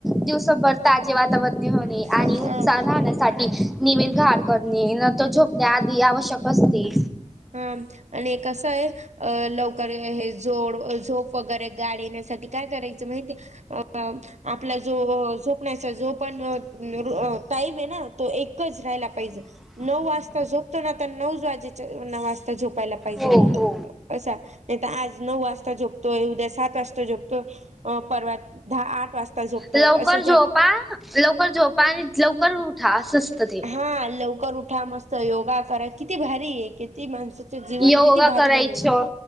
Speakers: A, in the centre; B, on the right.
A: दिवसभर ताजे वातावर होणे
B: हा
A: आणि उत्साह राहण्यासाठी निम आहार करणे नंतर झोप त्या आधी आवश्यक असते.
B: ह आणि हे कसं आहे अ लवकर हे जोड झोप वगैरे गाढ येण्यासाठी काय करायचं माहितीय अ आपला जो झोपण्याचा जो पण टाईम आहे ना तो एकच राहायला पाहिजे नऊ वाजता झोपतो ना तर नऊ वाजेच्या न वाजता झोपायला पाहिजे
A: हो हो.
B: असा आज नऊ वाजता झोपतोय उद्या सात वाजता झोपतोय अ परवा दहा आठ वाजता झोपतोय
A: लवकर
B: असं
A: झोपा
B: जर
A: लवकर झोपा आणि लवकर उठा असवस्त ते
B: हा लवकर उठा मस्त योगा करा किती भारी आहे किती माणस जीवन
A: योगा
B: किती भारी
A: करायचं
B: बनवलं